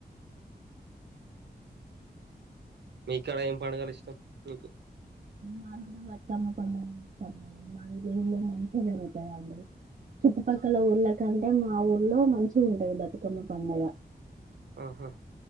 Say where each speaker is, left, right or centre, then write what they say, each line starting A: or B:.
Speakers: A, on the right (about 85°); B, on the right (about 50°).
A: మీకడ ఏం పండుగలు ఇష్టం మీకు
B: మాకు బతుకమ్మ పండగంటే ఇష్టం మా విలేజ్ మంచిగా జరుగుతదండి చుట్టుపక్కల ఊళ్ళకంటే మా ఊళ్లో మంచిగా ఉంటది బతుకమ్మ పండగ
A: ఆహా